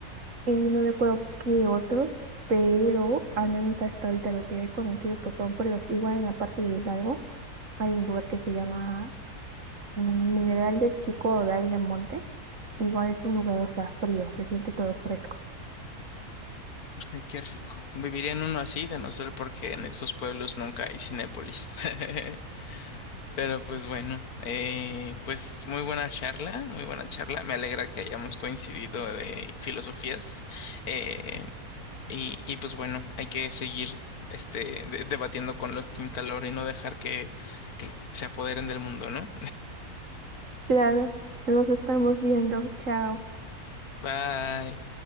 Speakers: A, on the right (about 55°); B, on the left (about 75°).
A: y no recuerdo qué otro, pero al menos hasta ahorita lo que he conocido pues son fríos. Igual en la parte de Hidalgo hay un lugar que se llama mm, Mineral del Chico Odal del Monte, igual es un lugar, o sea, frío, se siente todo fresco.
B: Ay, qué rico. Viviría en uno así, de no ser porque en esos pueblos nunca hay Cinépolis. <laughs> Pero pues bueno, eh, pues muy buena charla, muy buena charla. Me alegra que hayamos coincidido de filosofías. Eh, Y, y pues bueno, hay que seguir este, de- debatiendo con los Team Calor y no dejar que se apoderen del mundo, ¿no?
A: Claro, nos estamos viendo, chao.
B: Bye.